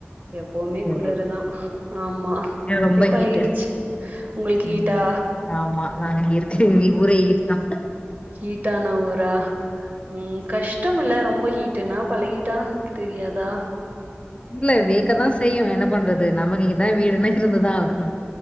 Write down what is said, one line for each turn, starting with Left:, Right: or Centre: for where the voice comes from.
Right: எப்பவுமே
Left: சரி
Right: குளிருதா ஆமா அப்டியே
Left: ரொம்ப
Right: பழகிடுச்சு
Left: ஹீட்டு்
Right: உங்களுக்கு ஹீட்டா
Left: ம் ஆமா நாங்க இருக்க
Right: ஆ
Left: வீ ஊரே ஹீட்தா
Right: ஹீட்டான ஊரா ம் கஷ் கஷ்டம்முல்ல ரொம்ப கீட்டுனா பழகிட்டா தெரியாதா
Left: இல்ல வேர்க்கதா செய்யு என்ன பண்றது நமக்கு இதா வீடுனா இருந்துதா ஆகணு